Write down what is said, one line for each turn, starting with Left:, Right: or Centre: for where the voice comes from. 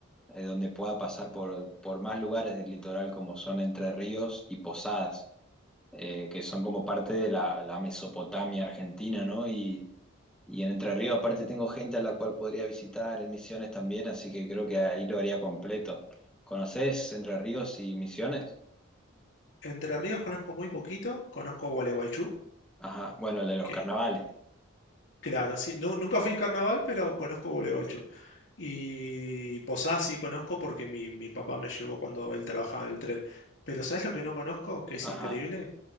Centre: eh, donde pueda pasar por, por más lugares del litoral, como son Entre Ríos y Posadas, eh, que son como parte de la, la Mesopotamia argentina, ¿no? Y, y en Entre Ríos, aparte, tengo gente a la cual podría visitar, en Misiones también, así que creo que ahí lo haría completo. ¿Conocés Entre Ríos y Misiones?
Left: Entre Ríos conozco muy poquito, conozco Gualeguaychú,
Centre: Ajá, bueno, el de los
Left: que
Centre: carnavales.
Left: claro, sí, nu- nunca fui en carnaval, pero conozco Gualeguaychú. Y Posadas sí conozco porque mi, mi papá me llevó cuando él trabajaba en el tren. Pero ¿sabes lo que no conozco? Que es increíble.
Centre: Ajá.